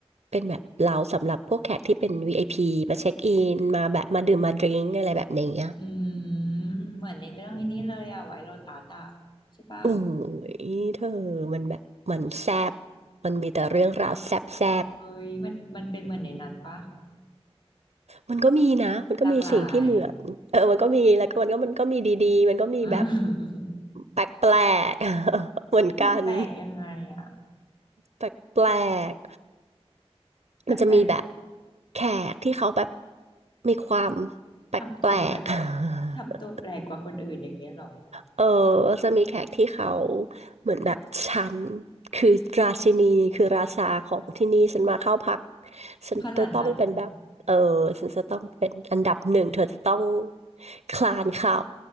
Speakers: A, on the right; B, on the left.
A: เป็นแบบเลาสำหรับพวกแขกที่เป็น VIP มาเช็คอินมาแบบมาดื่มมาดริงอะไรแบบนี้อะ
B: อืมเหมือนในเรื่องไอ้นี่เลยอะไวโรตัสอะใช่ปะ
A: โอ้ยเธอมันแบบมันแซบมันมีแต่เรื่องราวแซบแซบ
B: เฮ้ยมันมันเป็นเหมือนในนั้นปะ
A: มันก็มีนะมันก็มีสิ่งที่เหมือนเออมันก็มีแล้วก็มันก็มันก็มีดีๆมันก็มีแบบ
B: หลากหลาย <laughs> อืม
A: แปลกๆ <laughs> เหมือนกัน
B: แปลกๆยังไงอะ
A: แปลกๆมันจะมีแบบ
B: แปลก
A: แขกที่เขาแบบมีความ
B: ๆทำตัวแปลก
A: แปลกๆ <laughs>
B: ทำตัวแปลกกว่าคนอื่นอย่างเงี้ยเหรอ
A: เออจะมีแขกที่เขาเหมือนแบบฉันคือราชินีคือราชาของที่นี่ฉันมาเข้าพักฉันจะต้องเป็นแบบเออฉันจะต้องเป็นอันดับหนึ่งเธอจะต้อง
B: ขนาดนั้น
A: คลานเข่า